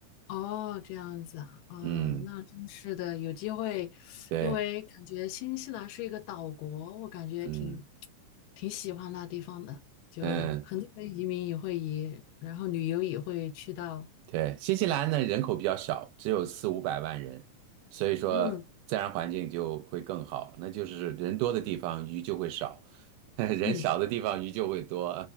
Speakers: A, on the left; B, on the right.
A: 哦，这样子啊，哦，
B: 嗯，
A: 那真是的，有机会，
B: 对，
A: 因为感觉新西兰是一个岛国，我感觉挺
B: 嗯
A: 挺喜欢那地方的，就很多人移民也会移，
B: 嗯，
A: 然后旅游也会去到，
B: 对，新西兰呢人口比较少，只有四五百万人，所以说自然环境就会更好。
A: 嗯
B: 那就是人多的地方鱼就会少，<laughs> 人少的地方鱼就会多，
A: 嗯